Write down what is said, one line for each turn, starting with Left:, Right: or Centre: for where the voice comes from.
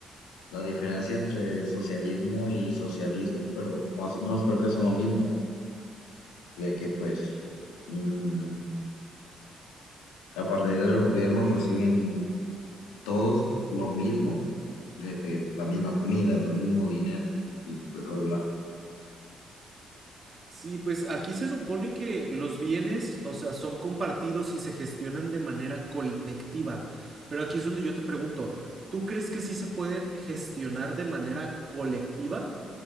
Left: la diferencia entre socialismo y socialismo, pero más o menos creo que son lo mismo, de que pues
Right: Sí,
Left: mm, a partir del gobierno reciben todos lo mismo, de pe- la misma comida, el mismo dinero y bla, bla, bla.
Right: Sí, pues aquí se supone que los bienes, o sea, son compartidos y se gestionan de manera colectiva. Pero aquí es donde yo te pregunto, ¿tú crees que sí se pueden gestionar de manera colectiva?